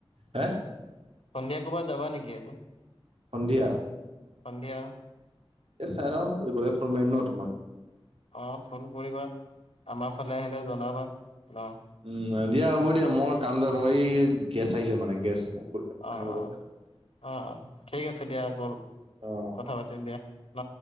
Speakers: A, on the right; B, on the left.
A: হা?
B: সন্ধিয়া ক'ৰবাত যাবা নেকি আকৌ?
A: সন্ধিয়া?
B: সন্ধিয়া।
A: এই চাই লওঁ গ'লে ফোন মাৰিম ন তোমাক।
B: অ', ফোন কৰিবা আমাৰ ফালে আহিলে জনাবা ন।
A: উম, দিয়া হ'ব দিয়া মই কাম এটা কৰোএই গেছ আহিছে মানে গেছ।
B: অ',
A: আনিব
B: অ',
A: যাওঁ।
B: অ', অ', ঠিক আছে দিয়া আকৌ
A: অ'
B: কথা পাতিম দিয়া ন।